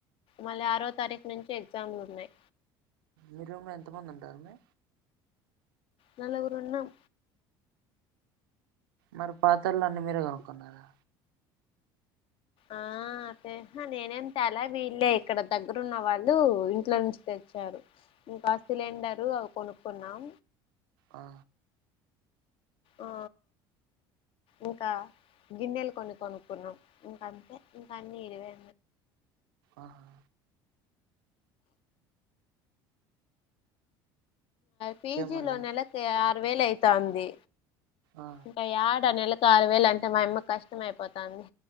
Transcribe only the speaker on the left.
మళ్ళీ ఆరో తారీఖు నుంచి ఎగ్జామ్లు ఉన్నాయి
నల్గురున్నాం
ఆ హా నేనేమి తే లా వీళ్ళే ఇక్కడ దగ్గరున్న వాళ్ళు ఇంట్లో నుంచి తెచ్చారు ఇంకా సిలిండరు అవి కొనుక్కున్నాం
ఆ ఇంకా గిన్నెలు కొన్ని కొనుక్కున్నాం ఇంక అంతే ఇంకా అన్నిీ ఇడివే
పీజీ
లో నెలకి ఆరు వేల అయితంది
ఇంకా ఆడ నెల ఆరు వేలు అంటే మాయమ్మక్ కష్టం అయిపోతంది